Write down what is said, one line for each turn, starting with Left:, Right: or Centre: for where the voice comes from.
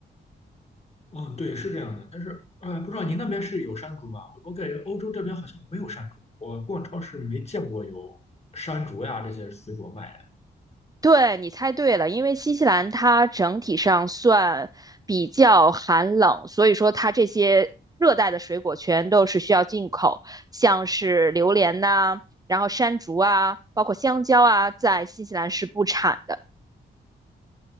Left: 嗯，对，是这样的，但是哎，不知道您那边是有山竹吗？我感觉欧洲这边好像没有山竹，我逛超市没见过有山竹呀这些水果卖的。
Right: 对，你猜对了，因为新西兰它整体上算比较寒冷，所以说它这些热带的水果全都是需要进口，像是榴莲呐、然后山竹啊，包括香蕉啊，在新西兰是不产的。